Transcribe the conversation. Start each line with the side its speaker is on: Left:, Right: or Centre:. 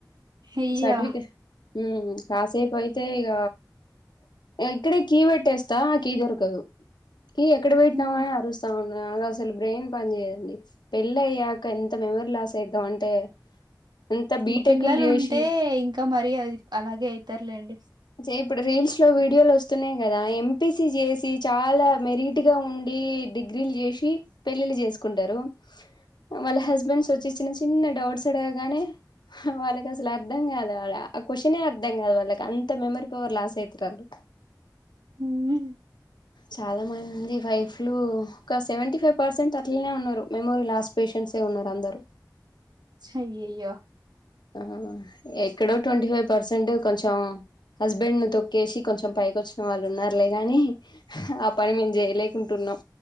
Right: అయ్యా
Left: సర్టిఫికెట్ ఉమ్ కాసేపూ అయితే ఇగ ఇక్కడే కీ పెట్టేస్తా కీ దొరకదు కి ఎక్కడ పెట్టినామని
Right: హ్మ్.
Left: అరుస్తా ఉ అ అసలు బ్రెయిన్ పని చెయ్యదండి పెళ్ళి అయ్యాక ఎంత మెమరీ లాస్ అయితాం అంటే ఎంత
Right: ఇంకా
Left: బీటెక్లు
Right: పిల్లలు
Left: చేసి
Right: ఉంటే ఇంకా మరి అ అలాగే అయితారులేండి
Left: చే ఇప్పుడు రీల్స్ లో వీడియోలు వస్తున్నాయి కదా ఎంపీసి చేసి చాలా మెరీట్గా ఉండి డిగ్రీలు చేసి పెళ్ళిలు చేసుకుంటారు వాళ్ళ హస్బెండ్స్ వచ్చి చిన్న చిన్న డౌట్స్ అడగాగానే వాళ్ళకి అసలు అర్థం కాదు వా ఆ క్వశ్నే అర్థం కాదు వాళ్ళకి అంత మెమరీ పవర్ లాస్ అయితరు వాల్లు
Right: హ్మ్.
Left: చాలా మంది వైఫ్లు ఒక సెవెవ్టి ఫైవ్ పర్సెంట్ అట్లనే ఉన్నారు మెమోరీలాస్ పేశెంట్స్ యే ఉన్నారు అందరు
Right: అయ్యాయో
Left: ఆహా ఎక్కడో ట్వంటీ ఫైవ్ పర్సెంట్ కొంచెం హస్బెండ్ ను తొక్కేసి కొంచెం పైకి వచ్చిన వాళ్ళు ఉన్నారులే గాని ఆ పని మేము చేయలేకుంటున్నాం